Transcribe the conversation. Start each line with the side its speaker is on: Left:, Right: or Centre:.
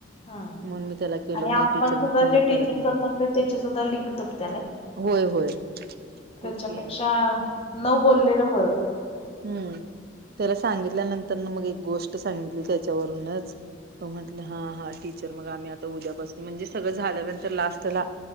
Left: हा
Right: म्हणून मी त्याला केलो
Left: आणि
Right: नाही
Left: आपण
Right: टीचर
Left: सुद्धा
Right: मग पुन्हा
Left: जे टीचिंग
Right: नाही
Left: करत असतोय त्याची सुद्धा लिंक तुटतिया नई.
Right: होय, होय
Left: त्याच्यापेक्षा
Right: तेच की
Left: न बोललेलं बरं
Right: हम्म त्याला सांगितल्यानंतर न मग एक गोष्ट सांगितली त्याच्यावरूनच म म्हटलं हा, हा टीचर मग आम्ही आता उद्यापासून म्हणजे सगळं झाल्यानंतर लास्टला